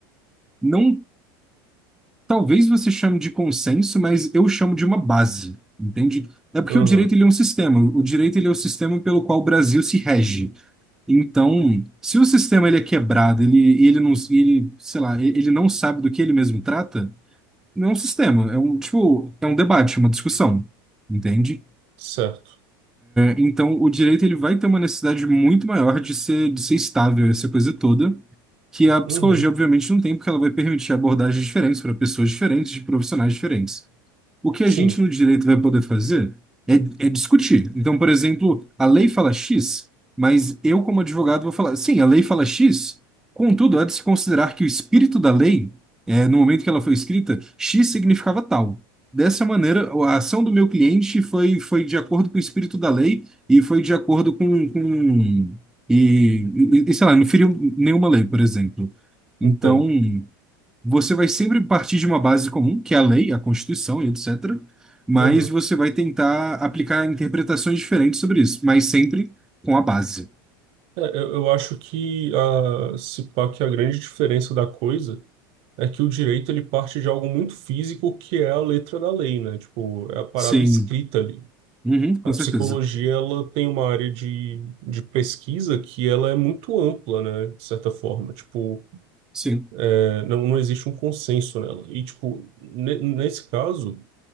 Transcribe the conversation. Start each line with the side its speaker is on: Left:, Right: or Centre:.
Centre: Não, talvez você chame de consenso, mas eu chamo de uma base, entende? É porque
Right: Aham,
Centre: o direito ele é um sistema. O direito ele é o sistema pelo qual o Brasil se rege. Então, se o sistema ele é quebrado, ele ele não, ele, sei lá, ele ele não sabe do que ele mesmo trata, não é um sistema, é um tipo, é um debate, uma discussão, entende?
Right: certo.
Centre: Então, o direito ele vai ter uma necessidade muito maior de ser, de ser estável, essa coisa toda, que a psicologia,
Right: Uhum,
Centre: obviamente, não tem, porque ela vai permitir abordagens diferentes para pessoas diferentes, de profissionais diferentes. O que a
Right: sim,
Centre: gente no direito vai poder fazer é, é discutir. Então, por exemplo, a lei fala X, mas eu, como advogado, vou falar, sim, a lei fala X, contudo, há de se considerar que o espírito da lei, é, no momento que ela foi escrita, X significava tal. Dessa maneira, a ação do meu cliente foi, foi de acordo com o espírito da lei e foi de acordo com, com e, e, e, sei lá, não feriu nenhuma lei, por exemplo. Então.
Right: entendo.
Centre: Você vai sempre partir de uma base comum, que é a lei, a Constituição e etc. Mas
Right: Aham.
Centre: você vai tentar aplicar interpretações diferentes sobre isso, mas sempre com a base.
Right: É, eu, eu acho que a, se pá, que a grande diferença da coisa é que o direito ele parte de algo muito físico que é a letra da lei, né? Tipo, é a parada
Centre: Sim,
Right: escrita ali.
Centre: Uhum, com
Right: A psicologia
Centre: certeza.
Right: ela tem uma área de, de pesquisa que ela é muito ampla, né, de certa forma. Tipo,
Centre: Sim,
Right: é, não, não existe um consenso nela. E, tipo, ne- nesse caso,